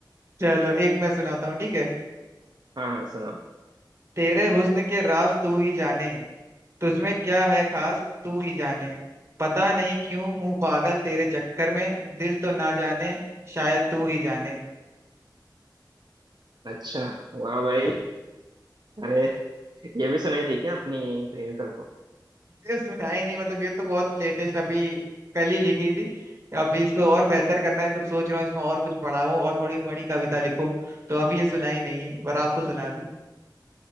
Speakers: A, on the right; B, on the right.
A: चलो एक मैं सुनाता हूँ ठीक है
B: हाँ हाँ सुनाओ
A: तेरे हुस्न के राज तू ही जाने तुझमें क्या है खास तू ही जाने पता नहीं क्यों हूँ पागल तेरे चक्कर में दिल तो ना जाने शायद तू ही जाने
B: अच्छा वाह भाई अरे ये भी सुनाई थी क्या अपनी प्रेमिका को
A: ये सुना ही नहीं मतलब ये तो बहुत लेटेस्ट अभी कल ही लिखी थी अभी इसको और बेहतर करना है कुछ सोच रहा हूँ इसमें और कुछ बढ़ाऊं और थोड़ी बड़ी कविता लिखूं तो अभी ये सुना ही नहीं है पर आपको सुना दी